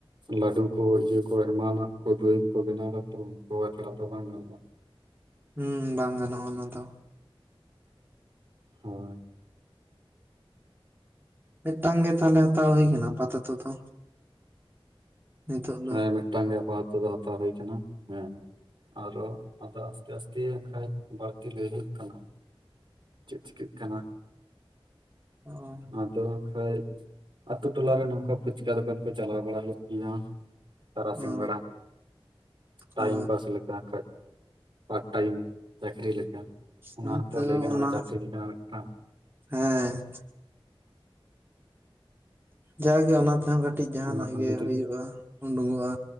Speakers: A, on the right; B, on the right.
A: ᱞᱟᱰᱩ ᱠᱳᱭ ᱤᱭᱟᱹ ᱠᱚ ᱮᱢᱟᱱᱟᱜ ᱠᱚ ᱫᱚᱭ ᱠᱚ ᱵᱮᱱᱟᱣ ᱠᱟᱛᱮ ᱛᱚᱣᱟ ᱥᱟᱞᱟᱜ ᱫᱚ ᱵᱟᱝ ᱜᱟᱱᱚᱜᱼᱟ᱾
B: ᱦᱩᱸ ᱵᱟᱝ ᱜᱟᱱᱚᱜᱼᱟ ᱚᱱᱟ ᱫᱚ
A: ᱦᱳᱭ
B: ᱢᱤᱫᱴᱟᱝ ᱜᱮ ᱛᱟᱦᱞᱮ ᱦᱟᱛᱟᱣ ᱦᱩᱭ ᱠᱟᱱᱟ ᱟᱯᱟ ᱛᱚᱛᱚ ᱫᱚ ᱱᱤᱛᱚᱜ ᱫᱚ
A: ᱦᱮᱸ ᱢᱤᱫᱴᱟᱝ ᱜᱮ ᱟᱯᱟᱛᱚᱛᱚ ᱫᱚ ᱦᱟᱛᱟᱣ ᱦᱩᱭ ᱠᱟᱱᱟ ᱦᱮᱸ ᱟᱨᱚ ᱟᱫᱚ ᱟᱥᱛᱮ ᱟᱥᱛᱮ ᱠᱷᱟᱡᱽ ᱵᱟᱹᱲᱛᱤ ᱞᱟᱹᱭ ᱦᱩᱭᱩᱜ ᱠᱟᱱᱟ ᱪᱮᱫ ᱪᱤᱠᱟᱹᱜ ᱠᱟᱱᱟ
B: ᱦᱚᱸ
A: ᱟᱫᱚ ᱦᱟᱸᱜ ᱠᱷᱟᱡ ᱟᱛᱳ ᱴᱚᱞᱟᱨᱮ ᱱᱚᱝᱠᱟ ᱯᱷᱩᱪᱠᱟ ᱫᱚᱠᱟᱱ ᱠᱚ ᱪᱟᱞᱟᱣ ᱵᱟᱲᱟ ᱞᱮᱫ ᱜᱮᱭᱟ ᱛᱟᱨᱟᱥᱤᱧ
B: ᱚ
A: ᱵᱮᱲᱟ ᱴᱟᱭᱤᱢ
B: ᱚ
A: ᱯᱟᱥ ᱞᱮᱠᱟ ᱠᱷᱟᱡ ᱯᱟᱴ ᱴᱟᱭᱤᱢ ᱪᱟᱹᱠᱨᱤ ᱞᱮᱠᱟ, ᱚᱱᱟ
B: ᱦᱮᱸ
A: ᱦᱚᱸᱛᱚ
B: ᱛᱚ
A: ᱞᱟᱹᱭ ᱜᱟᱱᱚᱜᱼᱟ
B: ᱚᱱᱟ
A: ᱪᱟᱹᱠᱨᱤ ᱜᱮ ᱠᱟᱱᱟ ᱢᱤᱫᱴᱟᱝ ᱾
B: ᱦᱮᱸ ᱡᱟᱜᱮ ᱚᱱᱟ ᱛᱮᱦᱚᱸ ᱠᱟᱹᱴᱤᱡ ᱡᱟᱦᱟᱱᱟᱜ
A: ᱚᱱᱟ ᱦᱚᱸ
B: ᱜᱮ
A: ᱡᱩᱫᱤ
B: ᱦᱩᱭᱩᱜᱼᱟ ᱩᱰᱩᱝᱚᱜᱼᱟ